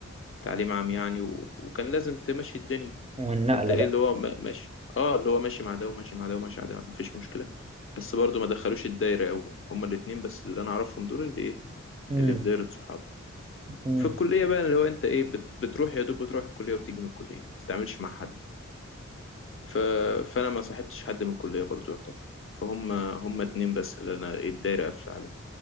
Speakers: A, on the left (about 45°); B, on the right (about 25°).
A: تعليم عام يعني و... وكان لازم تمشي الدنيا
B: والنقلة
A: فانت ايه
B: بقى
A: اللي هو ما- ماشي اه اللي هو ماشي مع ده وماشي مع ده وماشي مع ده مفيش مشكله بس برضو ما دخلوش الدايره قوي هما الاتنين بس اللي انا اعرفهم دول اللي ايه
B: مم.
A: اللي في دايره صحاب
B: مم.
A: في الكليه بقى اللي هو انت ايه بت... بتروح يا دوب بتروح الكليه وبتيجي من الكليه ما بتتعاملش مع حد ف... فانا ما صاحبتش حد من الكليه برضو يعتبر فهم هم اتنين بس اللي انا إيه الدايره قافله عليهم